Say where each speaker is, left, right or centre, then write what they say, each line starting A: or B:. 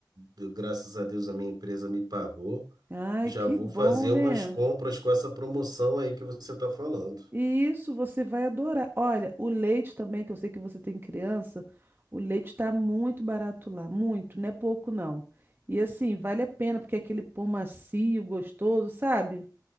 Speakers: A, on the right; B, on the right.
A: eu- graças a Deus a minha empresa me pagou.
B: Ai,
A: Já
B: que
A: vou
B: bom,
A: fazer
B: né?
A: umas compras com essa promoção aí que você está falando.
B: E isso você vai adorar. Olha, o leite também, que eu sei que você tem criança, o leite está muito barato lá, muito, não é pouco não. E assim, vale a pena, porque é aquele pão macio, gostoso, sabe?